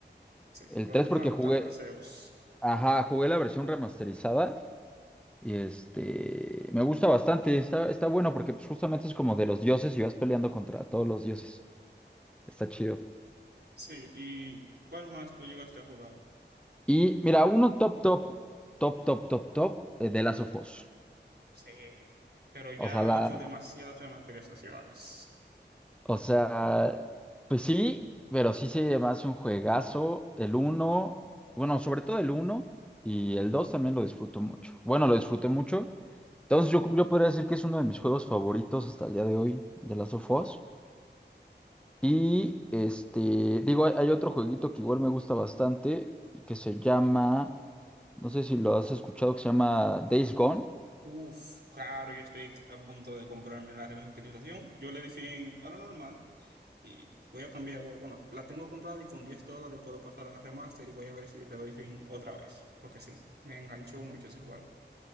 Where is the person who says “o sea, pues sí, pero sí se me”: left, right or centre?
Centre